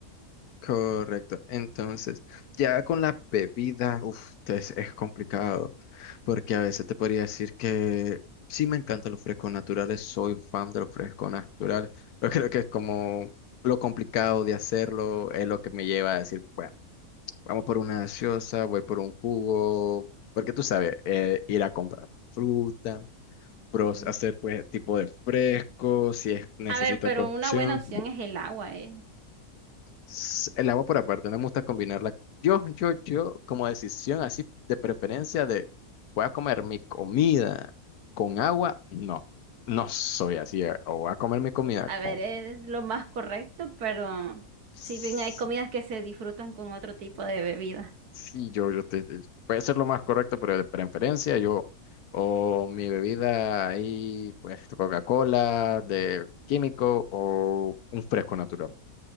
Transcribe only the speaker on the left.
Correcto. Entonces, ya con la bebida, uff, es, es complicado, porque a veces te podría decir que sí me encantan los frescos naturales, soy fan de los frescos naturales, <laughs> pero creo que es como lo complicado de hacerlo es lo que me lleva a decir, bueno, vamos por una gaseosa, voy por un jugo, porque tú sabes, eh, ir a comprar fruta, pros,
hacer pues tipo de fresco, si es, necesita
cocción.
s- El agua por aparte, no me gusta combinarla. Yo, yo, yo, como decisión así de preferencia de voy a comer mi comida con agua, no, no soy así. eh, O voy a comer mi comida
con...
s-
Sí, yo, yo te- te- puede ser lo más correcto, pero de preferencia yo, o mi bebida ahí, pues Coca-Cola de químico o un fresco natural.